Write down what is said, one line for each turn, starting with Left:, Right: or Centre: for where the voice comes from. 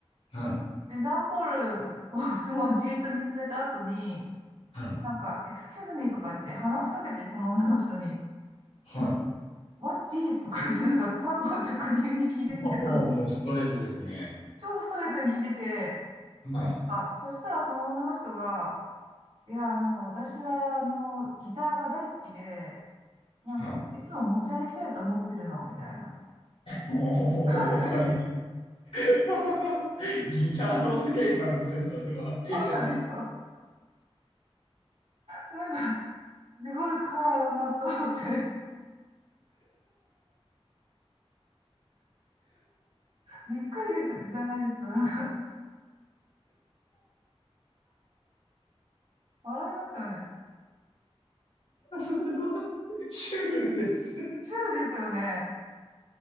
Left: はい。
Right: で、段ボールをすごいじーっと見つめた後に、
Left: はい。
Right: なんか、エクスキューズミーとか言って話しかけて、その女の人に、
Left: はい。
Right: なんか What's this? とか言って、なんか、単刀直入に聞いてて、
Left: おーもうストレートですね。
Right: その、超ストレートに聞いてて、
Left: はい。
Right: あ、そしたらその女の人が、いや、なんか私は、あの、ギターが大好きで、なんか、
Left: はい。
Right: いつも持ち歩きたいと思ってるの、みたいな
Left: おー、
Right: 感じで。
Left: はい。<laughs> ギターの手なんですね、それは。絵じゃない。
Right: そうなんですよ。
Left: はい
Right: なんか、すごい会話だなと思って、びっくりです、じゃないですか。なんか、笑いますよね。
Left: それは、シュールですね。
Right: チュールですよね。